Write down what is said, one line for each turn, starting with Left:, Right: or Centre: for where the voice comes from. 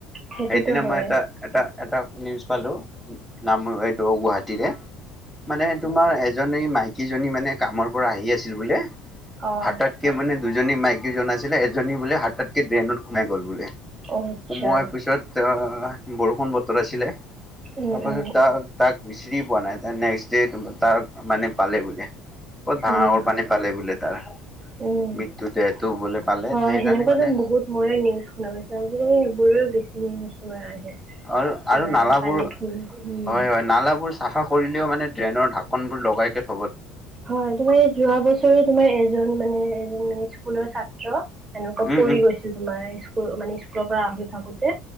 Right: সেইটোতো
Centre: সেইদিনা
Right: হয়
Centre: মই এটা, এটা। এটা নিউজ পালোঁ নাম এইটো গুৱাহাটীৰে। মানে তোমাৰ এজনী মাইকীজনী মানে কামৰ পৰা আহি আছিল বোলে।
Right: অঁ
Centre: হাতাতকে মানে দুজনী মাইকীজন আছিলে এজনী বোলে হাতাতকে ড্ৰেইনত সোমাই গ'ল বোলে।
Right: অঁ আচ্ছা
Centre: সুমোৱাৰ পিছত আহ বৰষুণ বতৰ আছিলে।
Right: উম
Centre: তপ
Right: উম
Centre: ত তাক বিচৰি পোৱা নাই নেক্স দে তাৰ মানে পালে বুললে ক'ত ভাঙাৰ
Right: উম
Centre: পানী পালে বোলে। তাৰ
Right: উম,
Centre: মৃত্যু দেহটো
Right: হয়,
Centre: বোলে পালে সেইকাৰণে
Right: সেনেকুৱা
Centre: মানে
Right: যেন বহুত মই নিউজ শুনা পাইছো আজিকালি সেইবোৰেও বেছি নি আহে
Centre: আৰু,
Right: তোমাৰ
Centre: আৰু নালাবোৰ
Right: পানীত
Centre: হয়,
Right: উম
Centre: হয়, নালাবোৰ চাফা কৰিলেও মানে ড্ৰেইনৰ ঢাকন বোৰ লগাই কে থাক
Right: হয়, তুমাৰ যোৱা বছৰো তোমাৰ এজন মানে এজন স্কুলৰ ছাত্ৰ এনেকুৱা।
Centre: উম
Right: পৰি
Centre: উম
Right: গৈছিল তোমাৰ। মানে স্কুলৰ পৰা আহি থাকোতে